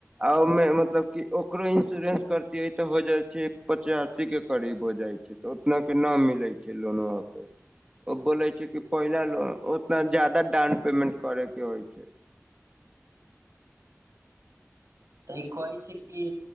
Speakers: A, on the right; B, on the right.
A: आ ओमे मतलब की ओकरो इंस्योरेंस करतिये ते हो जाय छै पचासी के करीब हो जाय छै। तऽ उतना के ना मिलै छै लोनमा पे ओ बोले छै कि पहिले लोन उतना जादा डान पेमेंट करे के होइ छै।
B: तऽ ई कहै छै कि